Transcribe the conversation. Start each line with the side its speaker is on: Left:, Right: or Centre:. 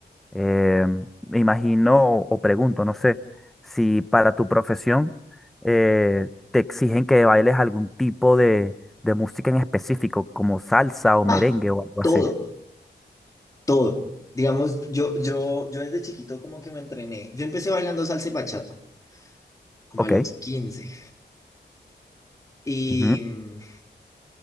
Centre: Eh, me imagino o, o pregunto, no sé, si para tu profesión eh, te exigen que bailes algún tipo de, de música en específico, como salsa o
Left: Ah,
Centre: merengue o algo
Left: todo.
Centre: así.
Left: Todo. Digamos, yo, yo, yo desde chiquito como que me entrené. Yo empecé bailando salsa y bachata, como
Centre: Ok.
Left: a los quince Y,
Centre: ujú.
Left: mm,